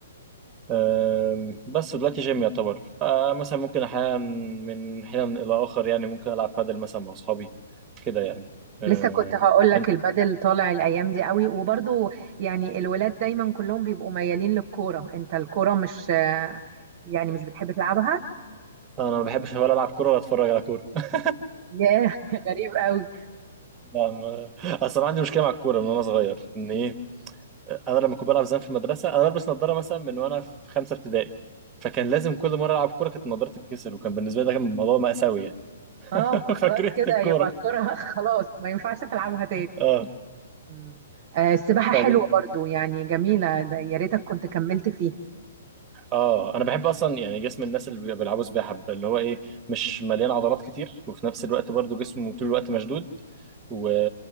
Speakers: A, on the right; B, on the right.
A: أم، بس دلوقتي جيم يعتبر أه، مثلا ممكن احيانا من حين الى اخر يعني ممكن العب بادل مثلا مع اصحابي كده يعني أه،
B: لسه كنت هقول لك
A: انت
B: البادل طالع الايام دي قوي وبرضو يعني الولاد دايما كلهم بيبقوا ميالين للكوره انت الكوره مش يعني مش بتحب تلعبها
A: انا ما بحبش ولا العب كوره ولا اتفرج على كوره <laughs>
B: ياه <laughs> غريب قوي
A: لا ما... اصل انا عندي مشكله مع الكوره من وانا صغير ان ايه انا لما كنت بلعب زمان في المدرسه انا بلبس نظاره مثلا من وانا في خمسه ابتدائي فكان لازم كل مره العب كوره كانت نظارتي تتكسر وكان بالنسبه لي ده كان موضوع مأساوي يعني
B: اه
A: <laughs>
B: فخلاص
A: فكرهت
B: كده
A: الكوره
B: يبقى الكوره <laughs> خلاص ما ينفعش تلعبها تاني
A: اه
B: مم. آه، السباحه
A: طيب
B: حلوه
A: انت
B: برضو يعني جميله ده يا ريتك كنت كملت فيها
A: اه انا بحب اصلا يعني جسم الناس اللي بيلعبوا سباحه بيبقى اللي هو ايه مش مليان عضلات كتير وفي نفس الوقت برضو جسمه طول الوقت مشدود و...